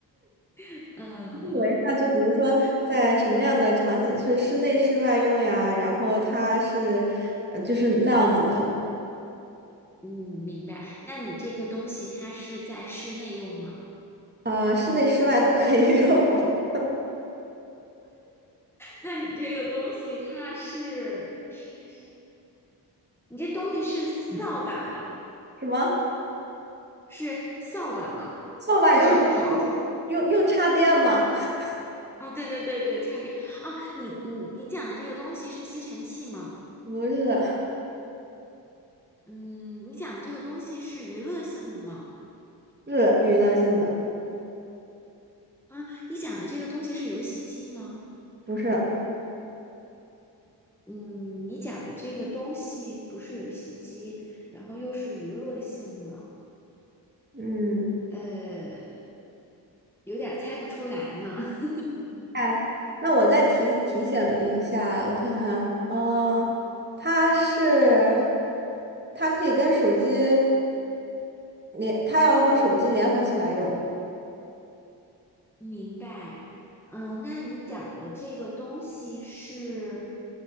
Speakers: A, in the centre; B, on the right (about 20°).
A: <laughs> 呃，
B: 我一下就比如说在什么样的场景是室内室外用呀，然后它是，呃，就是那样子的，
A: 嗯，明白。那你这个东西它是在室内用吗？
B: 呃，室内室外都可以用。<laughs>
A: 那你这个东西它是室内是？你这东西是扫把吗？
B: 什么
A: 是扫把吗？
B: 扫把用
A: 就是笤帚。
B: 用用插电吗？<laughs>
A: 哦，对对对对，差点啊！你你你讲的这个东西是吸尘器吗？
B: 不是，
A: 嗯，你讲的这个东西是娱乐性的吗？
B: 是娱乐性的，
A: 啊，你讲的这个东西是游戏机吗？
B: 不是，
A: 嗯，你讲的这个东西不是游戏机，然后又是娱乐性的，
B: 嗯。
A: 呃，有点儿猜不出来呢。<laughs>
B: 哎，那我再提提醒一下，我看看，嗯，它是，它可以跟手机连，它要和手机联合起来用。
A: 明白。嗯，那你讲的这个东西是，